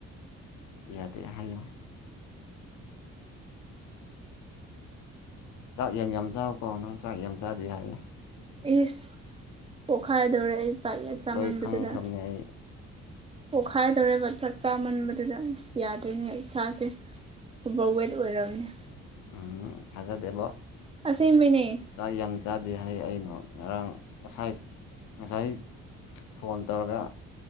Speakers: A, on the left; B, on the right.
A: ꯌꯥꯗꯦ ꯍꯥꯏꯌꯣ ꯆꯥꯛ ꯌꯥꯡ ꯌꯥꯝ ꯆꯥꯎꯀꯣ ꯅꯪ ꯆꯥꯛ ꯌꯥꯝ ꯆꯥꯗꯦ ꯍꯥꯏꯌꯦ
B: ꯏꯁ ꯄꯣꯛꯈꯥꯏꯗꯧꯔꯦ ꯑꯩ ꯆꯥꯛ ꯆꯥꯃꯟꯕꯗꯨꯗ
A: ꯂꯣꯏ ꯈꯪꯈ꯭ꯔꯕꯅꯦ ꯑꯩ
B: ꯄꯣꯛꯈꯥꯏꯗꯧꯔꯦꯕ ꯆꯥꯛ ꯆꯥꯃꯟꯕꯗꯨꯗ ꯑꯁ ꯌꯥꯗꯔꯦꯅꯦ ꯏꯁꯥꯁꯦ ꯑꯣꯕꯔ ꯋꯦꯠ ꯑꯣꯏꯔꯝꯅꯤꯅ
A: ꯎꯝ ꯊꯥꯖꯗꯦꯕꯣ
B: ꯑꯁꯦꯡꯕꯩꯅꯦ
A: ꯆꯥꯛ ꯌꯥꯝ ꯆꯥꯗꯦ ꯍꯥꯏꯌꯦ ꯑꯩꯅ ꯉꯔꯥꯡ ꯉꯁꯥꯏ ꯉꯁꯥꯏ ꯐꯣꯟ ꯇꯧꯔꯒ